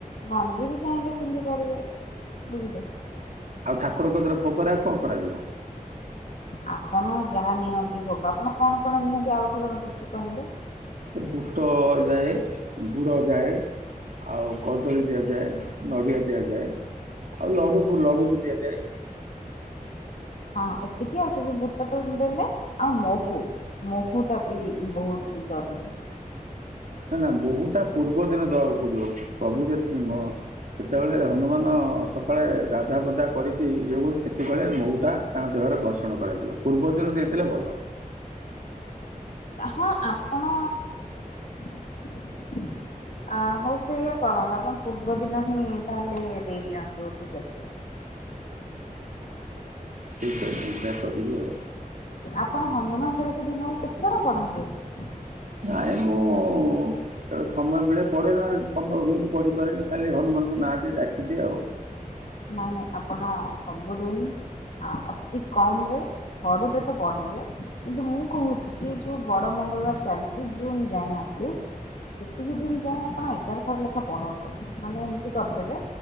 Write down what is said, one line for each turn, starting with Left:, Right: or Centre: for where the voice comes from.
Left: ଗଞ୍ଜି ବି ଚାହିଁଲେ ପିନ୍ଧି ପାରିବେ। ବୁଝିଲେ।
Right: ଆଉ ଠାକୁରଙ୍କ ଧର ଭୋଗ ରାଗ କଣ କରାଯିବ?
Left: ଆପଣ ଯାହା ନିଅନ୍ତି ଭୋଗ ଆପଣ କଣ କଣ ନିଅନ୍ତି ଆଉଥରେ ମତେ ଟିକେ କହିଲେ?
Right: ସେ ବୁଟ ଯାଏ ଗୁଡ ଯାଏ ଆଉ କଦଳୀ ଦିଆଯାଏ ନଡ଼ିଆ ଦିଆଯାଏ ଆଉ ଲଡୁ ଲଡୁ ବି ଦିଆଯାଏ।
Left: ହଁ ଏତିକି ଆସ ଯେ ବୁଟ ତ ଦେଲେ ଆଉ ମହୁ ମହୁ ଟା ବି ବହୁତ ଜରୁରୀ।
Right: ନା ନା ମହୁୂ ଟା ପୂର୍ବ ଦିନ ଦବାକୁ ପଡିବ ପ୍ରଭୁ ଯେ ସେତେବେଳେ ହନୁମାନ ସକାଳେ ଗାଧା ପଧା କରିକି ଇଏ ହ ସେତେବେଳେ ମହୁଟା ତାଙ୍କ ଦେହରେ ଘର୍ଷଣ କରାଯିବ ପୂର୍ବ ଦିନ ଦେଇଦେଲେ ଭଲ।
Left: ହଁ ଆପଣ <inaudible> ହ ଉ ସେଇଆ କରନ୍ତୁ ଆପଣ ପୂର୍ବ ଦିନ ହିଁ ତାହଲେ ଦେଇଦିଅନ୍ତୁ, ଠିକ ଅଛି।
Right: ଠିକ୍ ଅଛି। ସେୟା କରିବି ଆଉ।
Left: ଆପଣ ହନୁମାନ ଚାଳିଶା ଦିନକୁ କେତେ ଥର ପଢ଼ନ୍ତିୁ? ହ
Right: ନାଇଁ ମୁଁ ଯେତେବେଳେ ସମୟ ମିଳେ ପଢେ ନା ସମୟ ହୁଏନି ପଢିପାରେନି, ଖାଲି ହନୁମାନଙ୍କ ନାଁ ଟିକେ ଡାକିଦିଏ ଆଉ
Left: ନାଇଁ ନାଇଁ ଆପଣ ସବୁଦିନ ଅତି କମରେ ଥରୁଟେ ତ ପଢିବେ, କିନ୍ତୁ ମୁଁ କହୁଛି କି ଯୋଉ ବଡ ମଙ୍ଗଳବାର ଚାଲିଛି, ଜୁନ ଯାଏଁଲି ସେତିକି ଦିନ ଯାଏଁ ଆପଣ ଏଗାର ଥର ଲେଖା ପଢନ୍ତୁ, ମାନେ ଏମିତି କରିଦେବେ